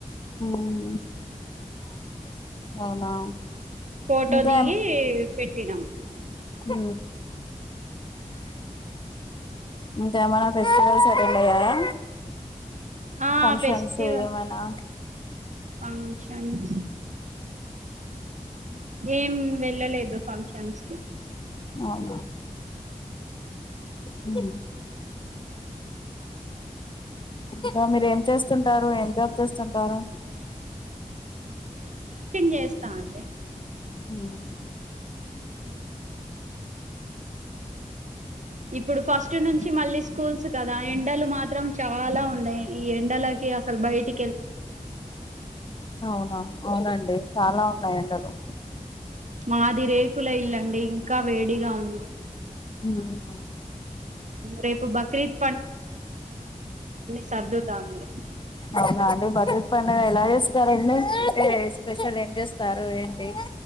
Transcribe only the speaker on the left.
హ్మ్ అవునా
ఇంకా
హ్మ్ ఇంకేమైనా ఫెస్టివల్స్ అటెండ్ అయ్యారా
ఫంక్షన్స్
ఏమైనా
అవును హ్మ్ ఇంక మీరు ఏం చేస్తుంటారు ఏం జాబ్ చేస్తుంటారు
హ్మ్
అవునా అవునండి చాలా ఉన్నాయి ఎండలు
ఉ అవును
అవునా అండి బర్డే పండగ ఎలా ఎస్తారండి. ఏ స్పెషల్ ఏం జెస్ త్తరు ఏంటి